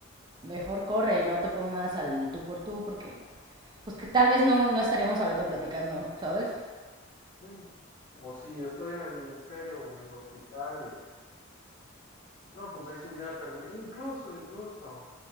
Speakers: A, on the right; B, on the left.
A: mejor corre, no te pongas al tú por tú, porque pues que tal vez no, no estaríamos ahorita platicando, ¿sabes?
B: Sí. O si estoy en el ministerio o en el hospital y no, pues ahí se hubiera terminado. Incluso, incluso